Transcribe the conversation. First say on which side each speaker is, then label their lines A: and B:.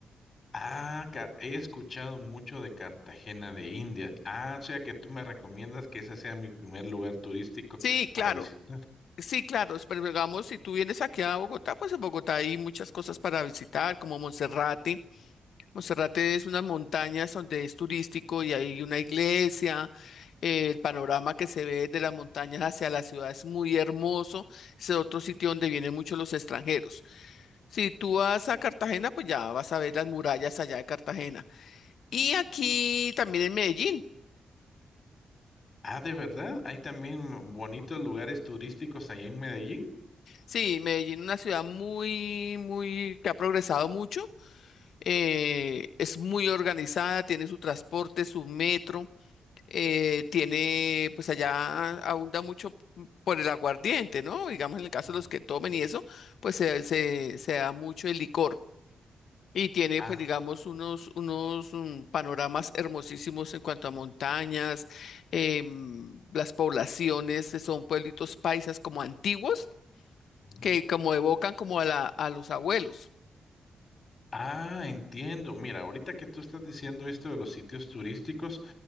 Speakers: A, on the left (about 35°); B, on the left (about 75°).
A: Ah, ca- he escuchado mucho de Cartagena de Indias. Ah, o sea que tú me recomiendas que ese sea mi primer lugar turístico
B: Sí, claro.
A: para visitar.
B: Sí, claro, es- pero digamos, si tú vienes aquí a Bogotá, pues en Bogotá hay muchas cosas para visitar, como Monserrate, Monserrate es unas montañas donde es turístico y hay una iglesia. eh, el panorama que se ve de las montañas hacia la ciudad es muy hermoso. Es otro sitio donde vienen muchos los extranjeros. Si tú vas a Cartagena, pues ya vas a ver las murallas allá de Cartagena. Y aquí también en Medellín.
A: Ah, ¿de verdad? ¿Hay también bonitos lugares turísticos allá en Medellín?
B: Sí, Medellín, una ciudad muy, muy, que ha progresado mucho. eh, es muy organizada, tiene su transporte, su metro. eh, tiene, pues allá abunda mucho por el aguardiente, ¿no? Digamos, en el caso
A: Ujú.
B: de los que tomen y eso, pues se, se, se da mucho el licor. Y tiene,
A: Ah,
B: pues, digamos, unos, unos mm, panoramas hermosísimos en cuanto a montañas, em, las poblaciones, eh, son pueblitos paisas como antiguos,
A: ujú.
B: que como evocan como a la, a los abuelos.
A: Ah, entiendo. Mira, ahorita que tú estás diciendo esto de los sitios turísticos,